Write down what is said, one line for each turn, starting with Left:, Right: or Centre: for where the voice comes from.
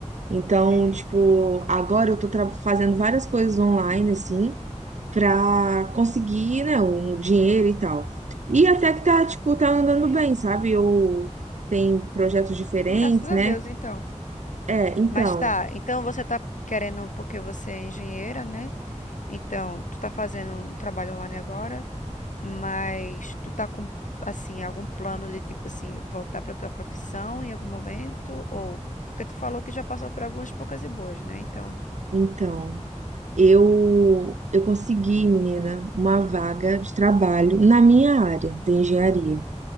Right: Então,
Left: Entendi.
Right: tipo, agora eu tô tra- fazendo várias coisas online, assim para conseguir, né, um dinheiro e tal. E até que tá, tipo, tá andando bem, sabe? Eu tem projetos diferentes,
Left: Graças
Right: né?
Left: a Deus, então.
Right: É, então,
Left: Mas tá, então você tá querendo, porque você é engenheira, né? Então, tu tá fazendo um trabalho online agora? Mas tu tá com, assim, algum plano de, tipo assim, voltar pra tua profissão em algum momento? Ou... Porque tu falou que já passou por algumas poucas e boas, né? Então,
Right: então, eu eu consegui, menina, uma vaga de trabalho na minha área de engenharia.